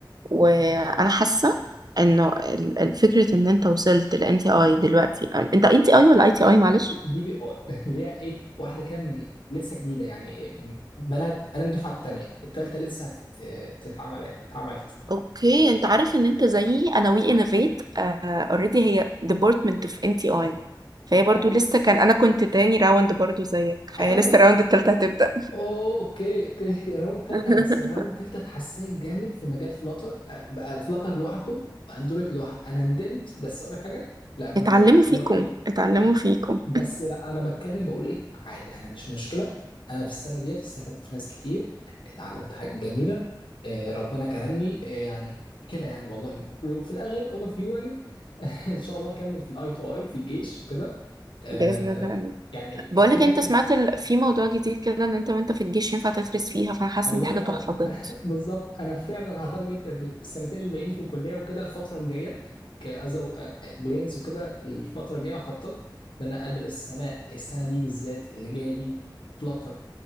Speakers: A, on the right; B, on the left.
A: وأنا حاسة إنه ال- الفكرة إن أنت وصلت لأنت أي دلوقتي أنت أنت أي ولا أي تي أي معلش
B: دي بي اي <laughs> اللي هي ايه واحده كده من لسه جديده يعني إيه، بلد انا الدفعه الثانيه الثالثه لسه هتت- تتعمل ايه اتعملت
A: اوكي انت عارف ان انت زيي انا وي انوفيت اوريدي هي ديبارتمنت في ان تي اي فهي برضو
B: حلو
A: لسه كان انا كنت تاني راوند برضو زيك فهي
B: حلو
A: لسه
B: ده
A: الراوند التالتة هتبدأ
B: أوه اوكي اوكي راوند تالتة
A: <laughs>
B: بس راوند تالتة اتحسنت جامد في مجال فلاتر بقى فلاتر لوحده واندرويد لوحده انا ندمت بس اقول لك حاجه لا ما
A: اتعلموا
B: ندمتش
A: فيكم
B: هو خير
A: اتعلموا فيكم
B: بس لا انا بتكلم بقول ايه عادي انا مش مشكله انا في السنه ديت استفدت ناس كتير اتعلمت حاجه جميله آه ربنا كرمني آه يعني كده يعني والله و- وفي الاخر اوفر فيو يعني <laughs> ان شاء الله اكمل في الاي تو اي في الجيش وكده آه
A: بإذن الله آمين
B: يعني
A: بقول لك
B: في حاجه
A: انت سمعت ال... في موضوع جديد كده ان انت وانت في الجيش ينفع تدرس فيها فانا حاسه
B: الله
A: ان دي حاجه
B: ينور
A: تحفه بجد
B: <laughs> بالظبط انا فعلا هتارجت السنتين الباقيين في الكليه وكده الفتره الجايه كأزو بلينز وكده الفتره الجايه خطط ان انا ادرس سنه السنه دي بالذات اللي جايه دي فلاتر